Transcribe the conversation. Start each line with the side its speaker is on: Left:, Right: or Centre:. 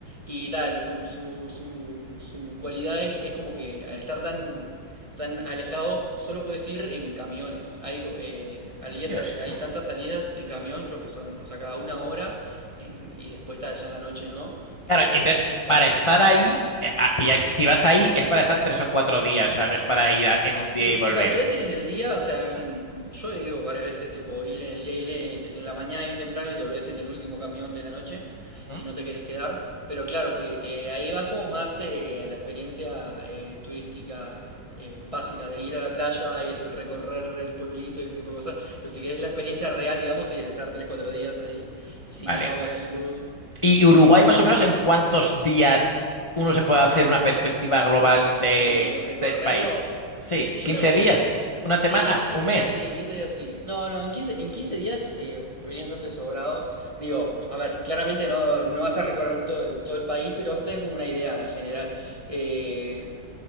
Right: Y tal, su, su, su cualidad es, es como que al estar tan, tan alejado, solo puedes ir en camiones. Hay, eh, al
Left: Hostias.
Right: día se- hay tantas salidas en camión, creo que son, o sea, cada una hora, en- y después está ya en la noche, ¿no?
Left: Claro,
Right: Y creo que
Left: entonces,
Right: a las 7
Left: para
Right: las 8
Left: estar
Right: es el último.
Left: ahí, eh, ah, ya que- si vas ahí, es para estar tres o cuatro días, o sea, no es para ir a- en un
Right: Sí,
Left: día y volver.
Right: o sea, podés ir en el día, o sea, en-
Left: Ah,
Right: yo he ido varias veces, tipo, ir en el día, ir en, en la mañana bien temprano y te volvés en el último camión de la noche,
Left: mm,
Right: si no te querés quedar. Pero claro, sí, eh, ahí vas como más eh, en la experiencia eh, turística eh, básica, de ir a la playa, ir recorrer el pueblito y ese tipo de cosas. Pero si querés la experiencia real, digamos, sí, es estar tres cuatro días ahí, sin
Left: Vale.
Right: agua, sin luz.
Left: ¿Y Uruguay, más o menos, en cuántos días uno se puede hacer una perspectiva global de,
Right: De recorrerlo.
Left: del país? Sí,
Right: Yo
Left: 15
Right: creo que
Left: días, una
Right: sí,
Left: semana,
Right: en 15
Left: un mes.
Right: días sí, en 15 días sí. No, no, en quince en quince días eh, venía bastante sobrado. Digo, a ver, claramente no, no vas a recorrer todo, todo el país, pero vas a tener como una idea general. Eh,